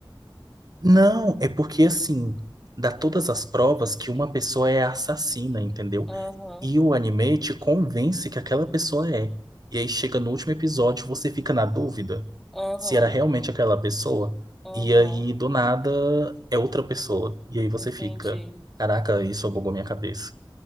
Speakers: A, on the right (about 50°); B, in the centre.
A: Não, é porque assim, dá todas as provas que uma pessoa é assassina, entendeu?
B: Aham,
A: E o anime te convence que aquela pessoa é. E aí chega no último episódio, você fica na dúvida
B: aham,
A: se era realmente aquela pessoa.
B: aham.
A: E aí, do nada, é outra pessoa. E aí você
B: Entendi,
A: fica, caraca, isso bugou minha cabeça.